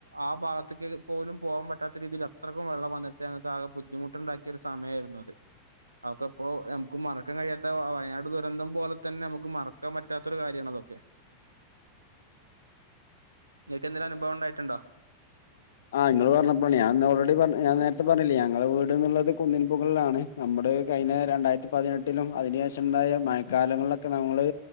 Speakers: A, on the right; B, on the left.
A: ആ ഭാഗത്തേക്ക് പോലും പോകൻ പറ്റാത്ത രീതിയില് അത്രക്ക് വെള്ളം വന്നിട്ട് ഞങ്ങൾക്ക് ആകെ ബുദ്ധിമുട്ടുണ്ടാക്കിയ ഒരു സമയമായിരുന്നു അത് അതൊക്കെപ്പോ നമുക്ക് മറക്കാൻ കഴിയാത്ത വയനാട് ദുരന്തം പോലെ തന്നെ നമുക്ക് മറക്കാൻ പറ്റാത്തൊരു കാര്യണത് ഓക്കെ. നിങ്ങക്ക് എന്തേലും അനുഭവം ഉണ്ടായിട്ടുണ്ടോ
B: ആഹ് നിങ്ങള് പറഞ്ഞപ്പോ ഞാൻന്ന് ഓൾറെഡി പറ ഞാൻ നേരത്തെ പറഞ്ഞില്ലേ ഞങ്ങടെ വീടുനുള്ളത് കുന്നിൻ മുകളിലാണ് നമ്മ ടെ കഴിഞ്ഞ രണ്ടായിരത്തി പതിനെട്ടിലും അതിനുശേഷം ഉണ്ടായ മഴക്കാലങ്ങളിലൊക്കെ നമ്മള്